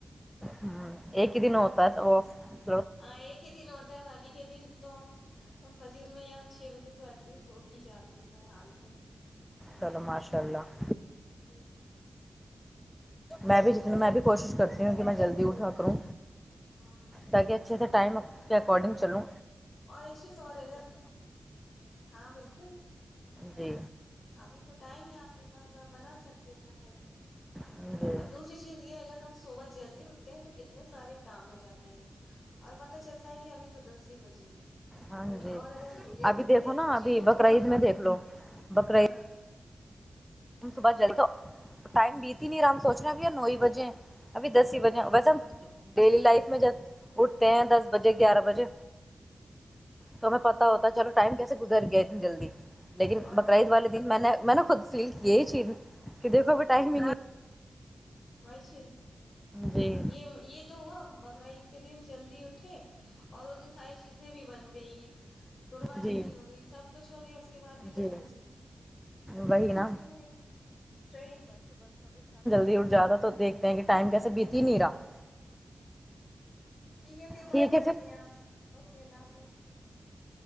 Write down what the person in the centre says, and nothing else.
ہوں ایک ہی دن ہوت پر وہف <unintelligible>
چلو ماشاء اللہ
میں بھی جتنا میں بھی کوشش کرتی ہوں کہ میں جلدی اٹھا کروں
دگے اچھے تھ ٹائم کے اکارڈنگ چلو
جی
ہاں
جی
ہاں جی
ابھی دیکھو
نا
ابھی
بقر
عید
میں دیکھ
لو بقر
عید صبح جلد تو ٹائم بیتی نہیں ہم سوچ رہے ا بھآئی نو ہی بجے ابھی دسی ہی
بجہ ڈیلی لائف میں جب اٹھتے ہیں دس بجے
گیارہ بجے توہیں پتا ہوتا چل ٹائم کیسے گزر گیا اتنی جلدی لیکن
بقرعید
والے دن میں نے میں نےا یہ چیز <unintelligible> کہ دیک کوو بھی ٹائم ہی نہیں
جی
جی
جی
وہی نا
جیادہ تو دیکھتے ہیں کہ ٹائم کیسے بیتی ہی نہی راہ
ٹھیک
ہے پھر